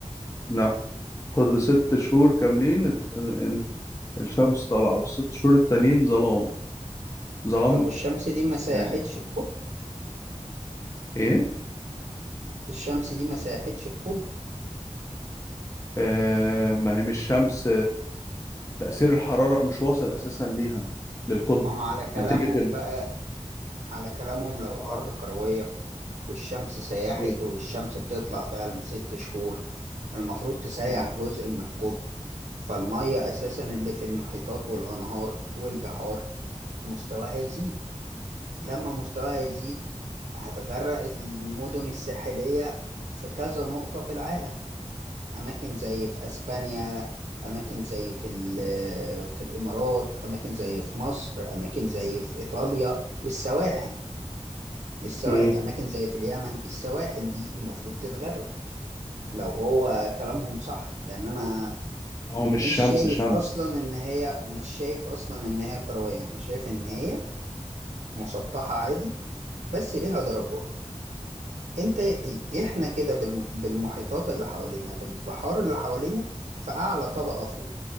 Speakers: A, on the left; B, on the right.
A: لا القطب ست شهور كاملين الت- ال- الشمس طالعة والست شهور التانيين ظلام ظلام
B: طب والشمس دي ما سيحتش
A: يعني
B: القطب
A: ايه
B: الشمس دي ما سيحتش القطب
A: آه ما هي مش شمس تأثير الحرارة مش واصل أساسا ليها للقطب
B: ما هو على كلامهم
A: نتيجة
B: بقى على كلامهم لو الارض
A: اه
B: كرويه والشمس سياحي
A: مم.
B: والشمس بتطلع فعلا ست شهور المفروض تسيح
A: مم.
B: جزء من القطب فالميه اساسا اللي في المحيطات والانهار والبحار مستواها يزيد لما مستواها يزيد هتغرق المدن الساحلية في كذا نقطة في العالم أماكن زي في أسبانيا أماكن زي في ال- في الإمارات أماكن زي في مصر أماكن زي في إيطاليا السواحل السواحل
A: مم.
B: أماكن زي في اليمن السواحل دي المفروض تتغرق لو هو كلامهم صح لأن أنا
A: هو مش
B: مش
A: شمس
B: شايف
A: شمس
B: أصلا إن هي مش شايف أصلا إن هي كروية أنا شايف إن هي مسطحة عادي بس ليها درجات انت احنا كده بالم- بالمحيطات اللي حوالينا بالبحار اللي حوالينا في اعلى طبقة فوق